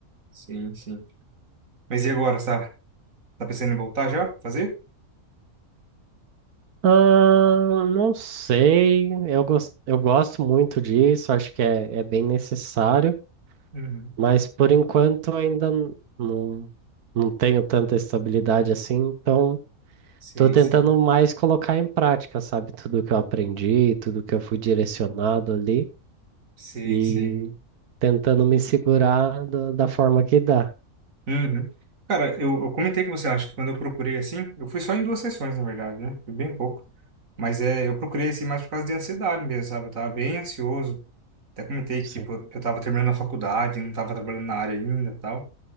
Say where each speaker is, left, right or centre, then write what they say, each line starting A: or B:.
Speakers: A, on the right; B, on the right.
A: Sim, sim. Mas e agora, Tá pensando em voltar já? Fazer?
B: Ah, não sei, eu, gos- eu gosto muito disso, acho que é, é bem necessário,
A: Uhum.
B: mas por enquanto ainda n- não, não tenho tanta estabilidade assim, então
A: Sei,
B: estou tentando
A: sei.
B: mais colocar em prática, sabe, tudo que eu aprendi, tudo que eu fui direcionado ali
A: Sei,
B: e
A: sei.
B: tentando me segurar da, da forma que dá.
A: Uhum. Cara, eu, eu comentei com você, acho que quando eu procurei assim, eu fui só em duas sessões, na verdade, né? Foi bem pouco. Mas é, eu procurei assim mais por causa de ansiedade mesmo, sabe? Eu tava bem ansioso. Até comentei
B: Sim.
A: que, tipo, eu tava terminando a faculdade, não tava trabalhando na área ainda e tal.